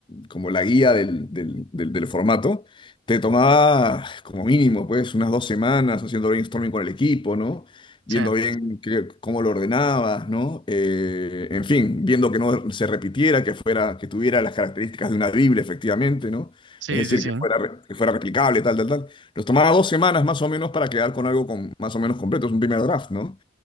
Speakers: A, on the left; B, on the right.
A: como la guía del, del- del- del formato, te tomaba como mínimo, pues, unas dos semanas haciendo brainstorming con el equipo, ¿no?
B: sí,
A: Viendo bien qué- cómo lo ordenabas, ¿no? Eh, en fin, viendo que no se repitiera, que fuera, que tuviera las características de una Biblia, efectivamente, ¿no?
B: sí,
A: Es decir,
B: sí, sí.
A: que fuera, re- que fuera replicable, tal, tal, tal. Nos tomaba dos semanas más o menos para quedar con algo con, más o menos completo, es un primer draft, ¿no?